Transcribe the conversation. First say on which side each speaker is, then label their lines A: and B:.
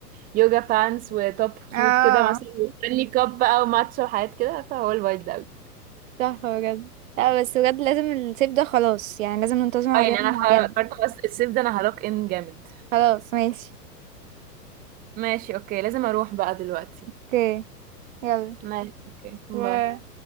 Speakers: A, on the right; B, on the right.
A: بيوجا بانس وتوب
B: اه
A: كيوت كده مثلا وستانلي كاب بقى وماتشا وحاجات كده عارفه هو الفايب ده قوي
B: تحفة بجد لا بس بجد لازم الصيف ده خلاص يعني لازم ننتظم على
A: اه يعني
B: رياضة
A: انا
B: معينة
A: خ- قررت خلاص الصيف ده انا هروك ان جامد
B: خلاص ماشي
A: ماشي اوكي لازم اروح بقى دلوقتي
B: اوكي يلا
A: ماشي اوكي
B: باي.
A: باي